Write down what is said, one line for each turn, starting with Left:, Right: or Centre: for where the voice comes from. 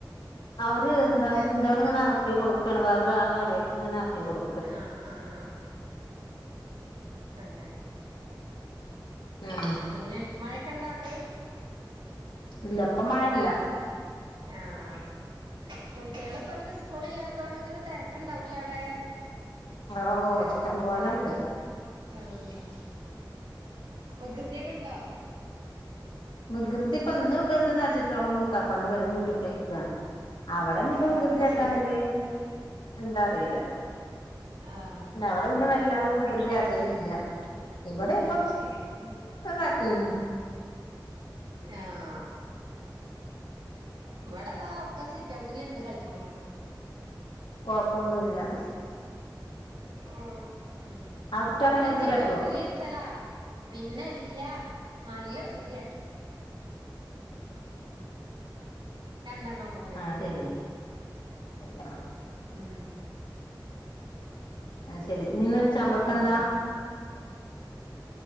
Left: അവര് ന്താ
Right: വേ
Left: സുന്താള് ങ്ങനെ എറക്കി കൊട്ക്കാണ്. വേറൊരാളെ കടേക്ക് ങ്ങനെ എർക്കി കൊട്
Right: ആഹ്, ആഹ്, ആഹ്, ആഹ്, ആഹ് അങ്ങനെ,
Left: ഉം
Right: പിന്നെ മഴൊക്കെണ്ടാ ണ്ട്?
Left: ല്ല, പ്പം മഴല്ല.
Right: ആഹ്, കുട്ട്യേള്പ്പൊന്ന് സ്കൂളില്ലാത്തോണ്ട് ങ്ങനെ തെരക്കുണ്ടാവുലേ അവടെ.
Left: ആവോ, ഇഷ്ടംപോലെണ്ട്.
Right: ആഹ്, വികൃതിയൊക്കെണ്ടോ?
Left: വികൃതിപ്പെന്ന് വികൃതി ഒന്നും അട്ച്ചിട്ടില്ല. ഓളെ മൂത്താപ്പാന്റെ പെ വീട്ട്ക്കോയ്ക്കാ. അവിടെഞ്ഞിപ്പോ
Right: ആഹ്
Left: വികൃതിയട്ടാണെങ്കി
Right: ശരി
Left: എന്താ അറിയൂല.
Right: ആഹ്
Left: ഇല്ല അവിടെ പിന്നെ വല്ലാതെ വികൃതിയാട്ടലില്ല ഇവിടെയാവുപോ.
Right: ആഹ് ശരി ഉം
Left: ഓക്കെ കാട്ടിന്ന്.
Right: ആഹ ഇവടെതാ ഒക്കെ സിറ്റ് ഔട്ടില്ണ്ട് കളിക്കുണു
Left: കൊഴപ്പൊന്നുല്ല.
Right: ആ ഉം
Left: അവിടുത്തോള്
Right: ഓക്കേ
Left: അങ്ങനെ വികൃതി
Right: സിറ്റ്ഔട്ടില്
Left: കാട്ടോ
Right: ഇര്ത്തലാ. പിന്നെല്ല നല്ല വികൃതിയാട്ടും. രണ്ടെണ്ണം കൂടി
Left: ആ ശരി അല്ല
Right: ഉം.
Left: അത് ശെരിഞ്ഞിന്ന് ഉച്ചവുപക്കന്താ.
Right: ഉം